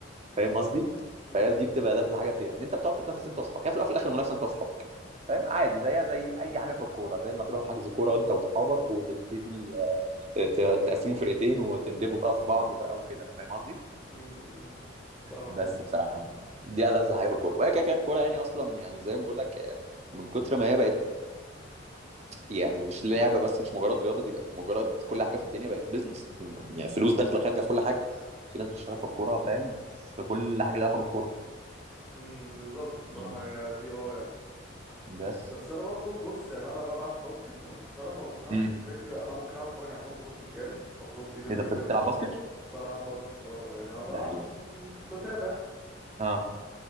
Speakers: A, on the right; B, in the centre.
A: فاهم قصدي؟
B: امم
A: فهي دي بتبقى لذة حاجه فيها ان انت بتقعد تتنافس انت واصحابك هي في الاول وفي الاخر منافسه انت واصحابك فاهم عادي زيها زي اي حاجه في الكوره زي ما تروحوا حجز كوره انت واصحابك وتبتدي آه، ت- تقسموا فرقتين وتندبوا بقى في بعض بقى وكده فاهم قصدي؟
B: امم فاهمك
A: بس
B: موت
A: بصراحه دي ألذ حاجه في الكوره وهي كده كده الكوره يعني اصلا يعني زي ما بقول لك آه، من كتر ما هي بقت يعني مش لعبه بس مش مجرد رياضه دي بقت مجرد كل حاجه في الدنيا بقت بيزنس يعني فلوس داخله خارجه في كل حاجه في ناس بتشتغل في الكوره فاهم في كل حاجه لها علاقه بالكوره
B: امم بالظبط الصراحه
A: مم.
B: يا دي اه يعني
A: بس
B: بس انا برضو بص يعني انا بلعب باسكت فانا ما بفهمش
A: امم
B: الفكره انا ممكن اقعد اتفرج على ماتش باسكت كامل ماتش باسكت يا اسطى
A: ايه ده بت-
B: بيوصل
A: بتلعب باسكت؟
B: بلعب باسكت اه يعني انا بلعب
A: ده حلو
B: وبتابع
A: أوي. اه